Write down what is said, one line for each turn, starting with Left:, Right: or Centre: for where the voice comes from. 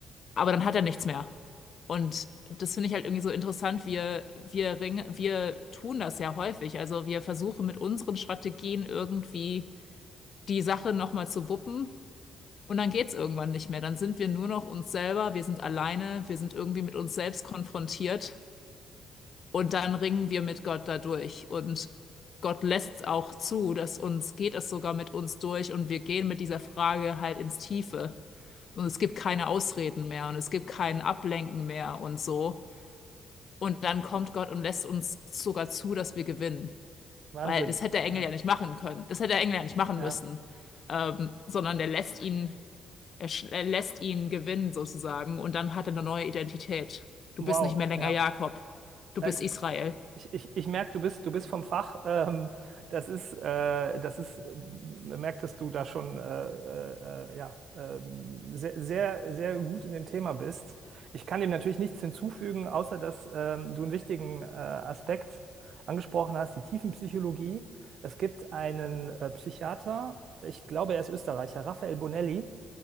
Left: Aber dann hat er nichts mehr. Und das finde ich halt irgendwie so interessant. Wir, wir ringen, wir tun das ja häufig. Also wir versuchen mit unseren Strategien irgendwie die Sache nochmal zu wuppen. Und dann geht's irgendwann nicht mehr. Dann sind wir nur noch uns selber. Wir sind alleine. Wir sind irgendwie mit uns selbst konfrontiert. Und dann ringen wir mit Gott dadurch. Und Gott lässt es auch zu, dass uns geht es sogar mit uns durch und wir gehen mit dieser Frage halt ins Tiefe. Und es gibt keine Ausreden mehr und es gibt kein Ablenken mehr und so. Und dann kommt Gott und lässt uns sogar zu, dass wir gewinnen.
Right: Wahnsinn.
Left: Weil das hätte der Engel
Right: Ja.
Left: ja nicht machen können. Das hätte der Engel ja nicht machen
Right: Ja.
Left: müssen. Ähm, sondern der lässt ihn, er, sch- er lässt ihn gewinnen sozusagen. Und dann hat er eine neue Identität. Du
Right: Wow.
Left: bist nicht mehr länger
Right: Ja.
Left: Jakob. Du
Right: Äh,
Left: bist
Right: Ich,
Left: Israel.
Right: Ich, ich, ich merke, du bist, du bist vom Fach. Ähm, das ist, äh, das ist, man merkt, dass du da schon äh, äh, äh, ja, ähm, sehr, sehr, sehr gut in dem Thema bist. Ich kann dem natürlich nichts hinzufügen, außer dass ähm, du einen wichtigen äh, Aspekt angesprochen hast, die Tiefenpsychologie. Es gibt einen äh, Psychiater, ich glaube, er ist Österreicher, Raphael Bonelli.